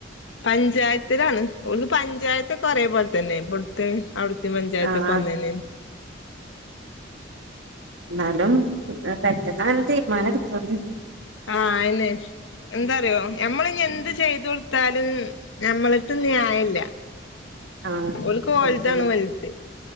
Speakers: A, on the left; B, on the right.
A: പഞ്ചായത്തിലാണ് പഞ്ചായത്ത് കൊറേ പോലത്തന്നെ ഇബട്ത്തെ അവിട്ത്തെ പഞ്ചായത്തൊക്കെ
B: ആ ആ
A: ഒന്നെ ന്നെയാണ്
B: എന്നാലും പെട്ടെന്ന് അങ്ങനെ തീരുമാനം എടുതോണ്ട്
A: ആ അയിനെ എന്താന്നറിയോ ഞമ്മള് ഇനി എന്ത് ചെയ്ത് കൊട് ത്താലും ഞമ്മളെര്ത്ത് ന്യായല്ല
B: ആഹ്
A: ഓൽക്ക്
B: ഒഴിച്ചില്ല
A: ഓൽതാണ് വൽത്